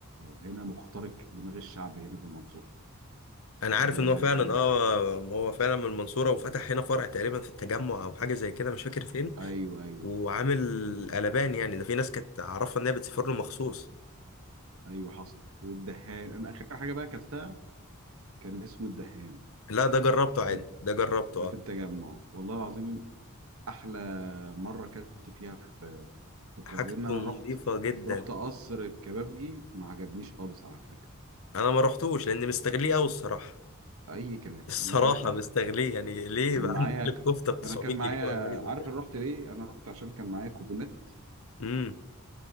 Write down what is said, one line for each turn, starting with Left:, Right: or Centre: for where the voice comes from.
Right: هنا مخترق دماغ الشعب هنا في المنصوره
Left: انا
Right: و
Left: عارف ان هو فعلا اه هو فعلا من المنصوره وفتح هنا فرع تقريبا في التجمع او حاجه زي كده مش فاكر فين
Right: ايوه ايوه
Left: وعامل قلبان يعني ده في ناس كانت عارفه ان هي بتسافر له مخصوص
Right: ايوه حصل والدهان انا اخر حاجه بقى اكلتها كان اسمه الدهان
Left: لا ده جربته عادي
Right: كان
Left: ده جربته
Right: ده
Left: اه
Right: في التجمع والله العظيم احلى مره اكلت فيها في في القاهره
Left: حاجته
Right: ان انا
Left: نظيفه
Right: رحت
Left: جدا
Right: رحت قصر الكبابجي ما عجبنيش خالص على فكره
Left: انا ما رحتوش لان مستغليه قوي الصراحه
Right: اي كلام
Left: الصراحه
Right: والله اي كلام
Left: مستغليه يعني ليه
Right: كان
Left: بقى
Right: معايا
Left: عندك الكفته
Right: ك...
Left: ب 900
Right: انا كان
Left: جنيه
Right: معايا
Left: ولا حاجه زي
Right: عارف
Left: كده
Right: انا رحت ليه انا رحت عشان كان معايا كوبونات
Left: امم